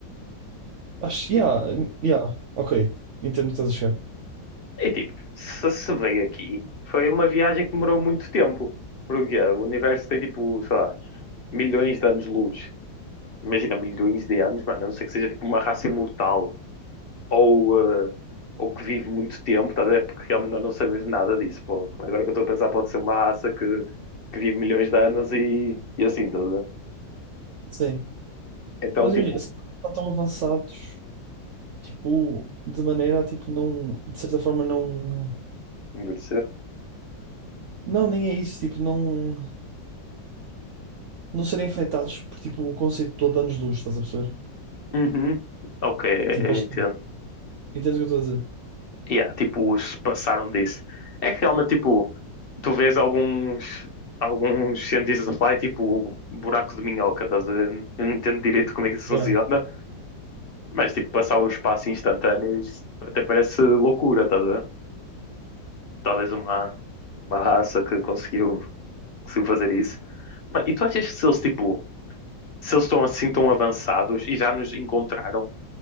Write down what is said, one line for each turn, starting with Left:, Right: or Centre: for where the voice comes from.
Right: Acho, yeah,
Left: E,
Right: yeah, ok. Entendo o que estás a chegar.
Left: e, tipo, se se veio aqui, foi uma viagem que demorou muito tempo. Porque ah, o universo tem tipo, sei lá, milhões de anos-luz. Imagina, milhões de anos, mano, a não ser que seja tipo uma raça imortal ou, ah, ou que vive muito tempo, tá a ver? Porque realmente nós não sabemos nada disso. Pô. Agora que eu estou a pensar, pode ser uma raça que, que vive milhões de anos e, e assim, tá a ver?
Right: Sim.
Left: Então,
Right: Mas
Left: tipo,
Right: imagina, se estão tão avançados, tipo, de maneira a, tipo, não, de certa forma, não.
Left: envelhecer.
Right: Não, nem é isso, tipo, não. Não serem afetados por, tipo, o conceito todo de anos-luz, estás a perceber?
Left: Uhum. Ok, eu
Right: Tipo, eles.
Left: entendo.
Right: têm. Entendes o que eu estou a dizer?
Left: Yeah, tipo, se passaram disso. É que realmente, tipo, tu vês alguns, alguns cientistas a falar, é tipo, buraco de minhoca, estás a ver? Eu não entendo direito como é que isso funciona,
Right: Yeah.
Left: mas, tipo, passar o espaço instantâneo, isso até parece loucura, estás a ver? Talvez uma, uma raça que conseguiu, conseguiu fazer isso. Mano, e tu achas que se eles, tipo, se eles estão assim tão avançados e já nos encontraram,